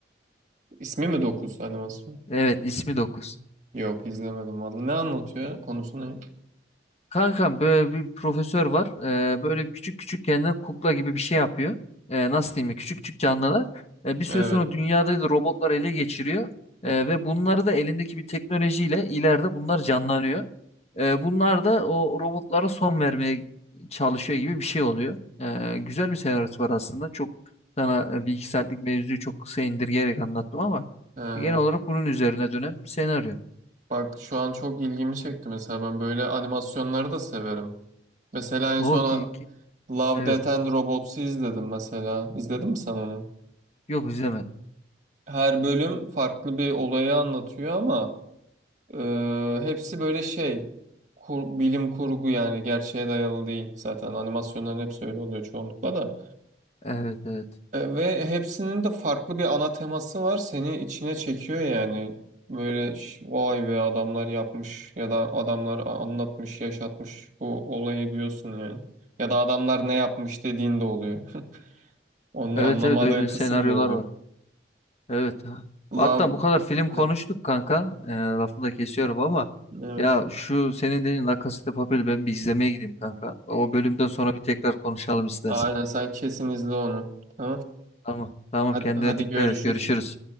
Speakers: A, on the right; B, on the left.
A: İsmi mi 9 animasyon?
B: Evet ismi 9.
A: Yok izlemedim vallahi. Ne anlatıyor? Konusu ne?
B: Kankam böyle bir profesör var. Ee, böyle küçük küçük kendine kukla gibi bir şey yapıyor. Ee, nasıl diyeyim? ya? Küçük küçük canlılar. Ee, bir süre
A: Evet.
B: sonra dünyada da robotlar ele geçiriyor. Ee, ve bunları da elindeki bir teknolojiyle ileride bunlar canlanıyor. Ee, bunlar da o robotlara son vermeye çalışıyor gibi bir şey oluyor. Ee, güzel bir senaryosu var aslında. Çok sana e, bir iki saatlik mevzuyu çok kısa indirgeyerek anlattım ama
A: Ee,
B: genel olarak bunun üzerine dönen bir senaryo.
A: bak şu an çok ilgimi çekti mesela. Ben böyle animasyonları da severim. Mesela
B: O
A: en son
B: ki, ki-
A: Love,
B: evet.
A: Death and Robots'u izledim mesela. İzledin mi sen onu?
B: Yok izlemedim.
A: Her bölüm farklı bir olayı anlatıyor ama Ee, hepsi böyle şey kur- bilim kurgu yani gerçeğe dayalı değil zaten animasyonların hepsi öyle oluyor çoğunlukla da
B: Evet evet.
A: E, ve hepsinin de farklı bir ana teması var seni içine çekiyor yani böyle ş- vay be adamlar yapmış ya da adamlar a- anlatmış yaşatmış bu olayı diyorsun yani ya da adamlar ne yapmış dediğin de oluyor <laughs> onu
B: Evet
A: anlamadığın
B: evet öyle
A: kısım
B: senaryolar
A: da oluyor
B: var. Evet. ha.
A: Love
B: Hatta bu kadar film konuştuk
A: Ha,
B: kanka. Ee, lafını da kesiyorum ama
A: evet
B: ya şu senin dediğin La Casa de Papel'i ben bir izlemeye gideyim kanka. O bölümden sonra bir tekrar konuşalım istersen.
A: aynen sen kesin izle onu tamam
B: Tamam. Tamam
A: hadi
B: kendine
A: hadi
B: dikkat
A: görüşürüz
B: et. Görüşürüz.